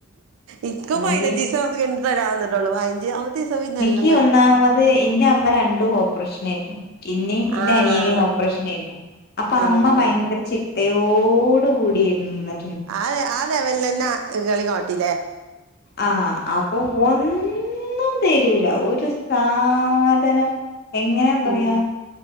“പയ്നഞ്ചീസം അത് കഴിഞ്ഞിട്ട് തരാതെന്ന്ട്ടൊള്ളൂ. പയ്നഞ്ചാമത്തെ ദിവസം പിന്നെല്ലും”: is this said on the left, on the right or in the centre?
Right